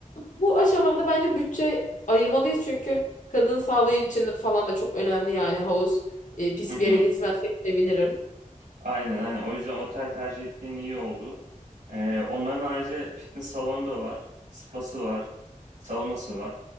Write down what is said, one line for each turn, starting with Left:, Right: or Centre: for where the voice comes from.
Left: Bu aşamada bence bütçe ayırmalıyız çünkü kadın sağlığı için de falan da çok önemli yani havuz e, pis
Right: Hı hı.
Left: bir yere gitmezsek sevinirim.
Right: Aynen aynen. O yüzden otel tercih ettiğin iyi oldu. Ee, onların ayrıca fitness salonu da var. Spası var. Saunası var.